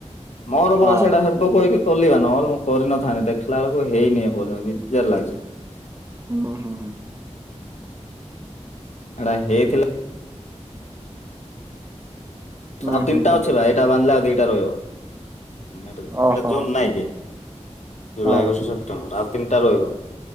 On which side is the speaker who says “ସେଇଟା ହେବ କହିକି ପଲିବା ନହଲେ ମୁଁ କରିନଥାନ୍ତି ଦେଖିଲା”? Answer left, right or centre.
Left